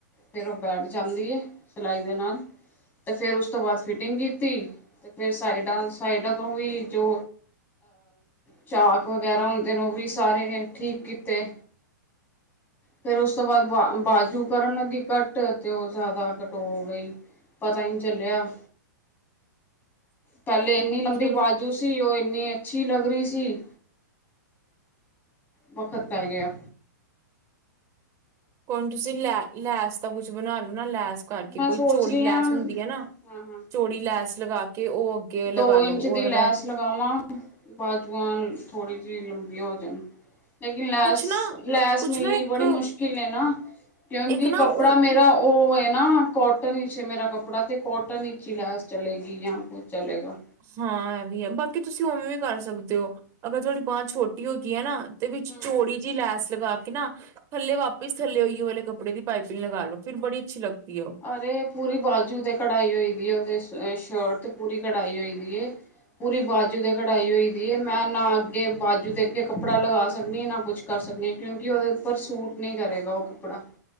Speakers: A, on the left; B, on the right.
A: ਫਿਰ ਉਹ ਬੈਠ ਜਾਂਦੀ ਹੈ ਸਿਲਾਈ ਦੇ ਨਾਲ ਤੇ ਫੇਿਰ ਉਸ ਤੋਂ ਬਾਅਦ ਫਿਟਿੰਗ ਕੀਤੀ ਤੇ ਫਿਰ ਸਾਈਡਾਂ ਸਾਈਡਾਂ ਤੋਂ ਵੀ ਜੋ ਚਾਕ ਵਗੈਰਾ ਹੁੰਦੇ ਨੇ ਉਹ ਵੀ ਸਾਰੇ ਠੀਕ ਕੀਤੇ ਫੇਰ ਉਸ ਤੋਂ ਬਾਅਦ ਬਾ ਬਾਜੂ ਕਰਨ ਲੱਗੀ ਕੱਟ ਤੇ ਉਹ ਜ਼ਿਆਦਾ ਕਟੋ ਗਈ ਪਤਾ ਹੀ ਨਹੀਂ ਚੱਲਿਆ ਪਹਿਲੇ ਇੰਨੀ ਲੰਬੀ
B: ਚਲੋ।
A: ਆਵਾਜ਼ ਜੂਸੀ ਉਹ ਇੰਨੀ ਅੱਛੀ ਲੱਗ ਰਹੀ ਸੀ ਵਖਤ ਪ ਗਿਆ
B: ਹਣ ਤੁਸੀਂ ਲੈ ਲੈਸ ਦਾ ਕੁਛ ਬਣਾ ਲਓ ਨਾ ਲੈਸ ਕਰਕੇ
A: ਮੈਂ
B: ਕੋਈ
A: ਸੋਚ
B: ਚੋੜੀ
A: ਰਹੀ
B: ਲੈਸ
A: ਹਾਂ
B: ਹੁੰਦੀ ਹੈ ਨਾ
A: ਹਾਂ ਹਾਂ
B: ਚੋੜੀ ਲੈਸ ਲਗਾ ਕੇ ਉਹ ਅੱਗੇ ਲਗਾ
A: ਦੋ
B: ਲੋ
A: ਇੰਚ
B: ਉਹਦੇ
A: ਦੀ ਲੈਸ
B: ਨਾਲ
A: ਲਗਾਵਾਂ ਬਾਜੂਆਂ ਥੋੜੀ ਜਿਹੀ ਲੰਬੀਆਂ ਹੋ ਜਾਣ ਲੇਕਿਨ ਲੈਸ
B: ਕੁਛ ਨਾ
A: ਲੈਸ
B: ਕੁਛ
A: ਮਿਲਣੀ
B: ਨਾ ਇੱਕ
A: ਬੜੀ ਮੁਸ਼ਕਿਲ ਹੈ ਨਾ ਕਿਉਂਕਿ
B: ਇੱਕ ਨਾ
A: ਕੱਪੜਾ
B: ਉਹ
A: ਮੇਰਾ ਉਹ ਹੈ ਨਾ ਕੋਟਨ ਇਚ ਮੇਰਾ ਕੱਪੜਾ ਤੇ ਕੋਟਨ ਇਚ ਹੀ ਲੈਸ ਚਲੇਗੀ ਜਾਂ ਕੁਛ ਚਲੇਗਾ।
B: ਹਾਂ ਇਹ ਵੀ ਹੈ ਬਾਕੀ ਤੁਸੀਂ ਉਵੇਂ ਵੀ ਕਰ ਸਕਦੇ ਹੋ ਅਗਰ ਤੁਹਾਡੀ ਬਾਂਹ ਛੋਟੀ ਹੋ ਗਈ ਹੈ ਨਾ ਤੇ ਵਿੱਚ
A: ਹਮ
B: ਚੋੜੀ ਜਿਹੀ ਲੈਸ ਲਗਾ ਕੇ ਨਾ ਥੱਲੇ ਵਾਪਿਸ ਥੱਲੇ ਹੋਈਏ ਵਾਲੇ ਕੱਪੜੇ ਦੀ ਪਾਈਪਿੰਗ ਲਗਾ ਲਓ ਫਿਰ ਬੜੀ ਅੱਛੀ ਲੱਗਦੀ ਹੈ ਉਹ
A: ਅਰੇ ਪੂਰੀ ਬਾਜੂ ਤੇ ਕਢਾਈ ਹੋਈ ਦੀ ਉਹਦੇ ਸ਼ਰਟ ਤੇ ਪੂਰੀ ਕੜਾਈ ਹੋਈ ਦੀ ਇਹ। ਪੂਰੀ ਬਾਜੂ ਦੇ ਕਢਾਈ ਹੋਈ ਦੀ ਇਹ ਮੈਂ ਨਾ ਅੱਗੇ ਬਾਜੂ ਦੇ ਅੱਗੇ ਕੱਪੜਾ ਲਗਾ ਸਕਦੀ ਹਾਂ ਨਾ ਕੁਛ ਕਰ ਸਕਦੇ ਹਾਂ ਕਿਉਂਕਿ ਉਹਦੇ ਉੱਪਰ ਸੂਟ ਨਹੀਂ ਕਰੇਗਾ ਉਹ ਕੱਪੜਾ